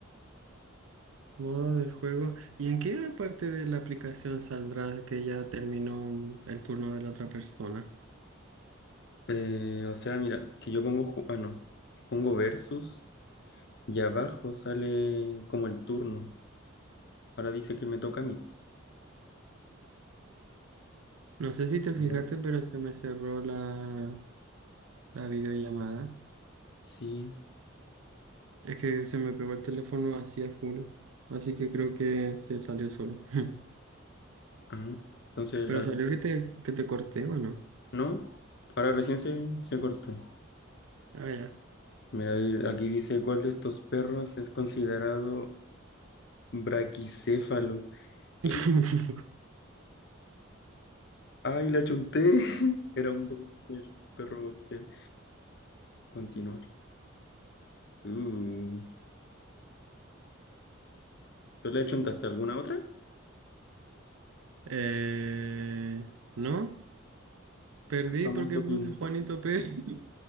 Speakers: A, on the right; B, on the left.
A: Modo de juego. ¿Y en qué parte de la aplicación saldrá que ya terminó el turno de la otra persona?
B: Eh, o sea, mira, que yo pongo, ju- ah, no, pongo versus y abajo sale como el turno. Ahora dice que me toca a mí.
A: No sé si te fijaste,
B: A ver,
A: pero se me cerró la, la videollamada.
B: Sí.
A: Es que se me pegó el teléfono así a full. Así que creo que se salió solo. <laughs>
B: Ah, entonces,
A: Pero salió que te, que te corté, ¿o no?
B: No, ahora recién se, se cortó.
A: Ah, ya.
B: Mira, ahí- aquí dice cuál de estos perros es considerado braquicéfalo. ¿Qué?
A: <laughs>
B: ¡Ay, la chunté! <laughs> Era un boxer, perro boxer. Continuar. Uh, ¿tú le achuntaste alguna otra?
A: Eh, no, perdí
B: ¿Qué famoso,
A: porque puse
B: pin-
A: Juanito Pérez. <laughs>